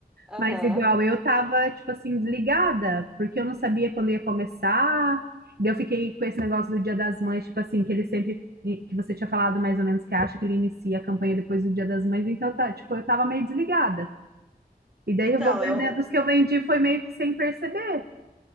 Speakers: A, in the centre; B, on the right (about 75°).
A: Aham.
B: Mas igual, eu tava, tipo assim, desligada, porque eu não sabia quando ia começar. Daí eu fiquei com esse negócio do Dia das Mães, tipo assim, que ele sempre, que você tinha falado mais ou menos que acha que ele inicia a campanha depois do Dia das Mães, então eu tá, tipo, eu tava meio desligada. E daí
A: Então,
B: eu vou vendendo,
A: eu.
B: os que eu vendi foi meio que sem perceber.